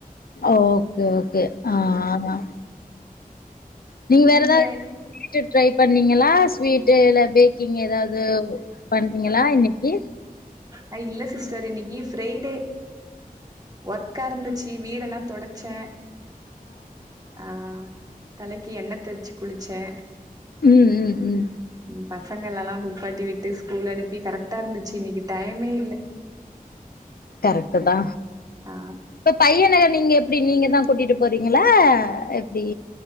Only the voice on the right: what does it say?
இங்க
அ இல்ல சிஸ்டர் இன்னிக்கி ஃப்ரைடே ஒர்க்கா இருந் ச்சு வீடெல்லா தொடச்சே ஆ தலைக்கு எண்ண தேச்சி குளிச்சே
ம் பசங்களலல்லா குளிப்பாட்டி விட்டு ஸ்கூல் அனுப்பி கரெக்டா இருந்துச்சு இன்னைக்கு டைமே இல்ல
ஆ